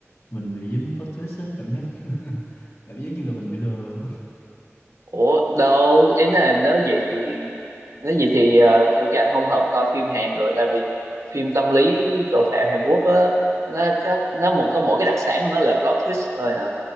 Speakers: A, on the left; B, on the right.
A: mình bị dính plot twist á, cảm giác <laughs> cảm giác như là mình bị lừa.
B: ủa đâu ý là nếu vậy thì nếu vậy thì ờ, kiểu cái anh không hợp coi phim Hàn rồi tại vì phim tâm lý tội phạm Hàn Quốc á nó có nó một có mỗi cái đặc sản của nó là plot twist thôi hả